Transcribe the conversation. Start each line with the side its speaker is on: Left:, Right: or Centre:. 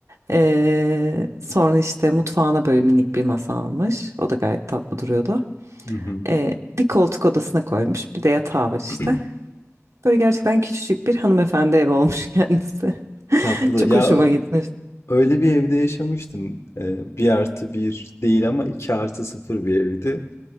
Right: Ee, sonra işte mutfağına böyle minik bir masa almış. O da gayet tatlı duruyordu.
Left: Hı hı.
Right: Ee, bir koltuk odasına koymuş. Bir de yatağı var işte.
Left: <clears throat>
Right: Böyle gerçekten küçücük bir hanımefendi evi olmuş <laughs> kendisi.
Left: Tatlı.
Right: Çok
Left: Ya
Right: hoşuma gitmişti.
Left: öyle bir evde yaşamıştım. Ee, bir artı bir değil ama iki artı sıfır bir evdi.